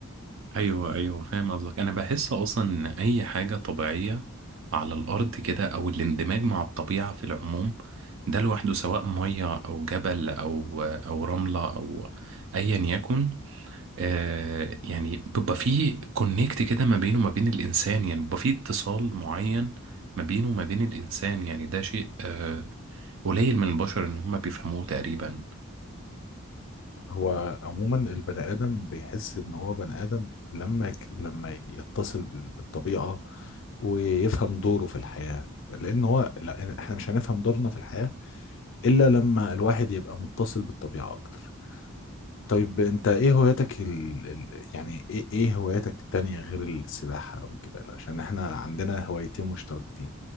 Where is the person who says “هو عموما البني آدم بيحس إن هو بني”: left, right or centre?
Left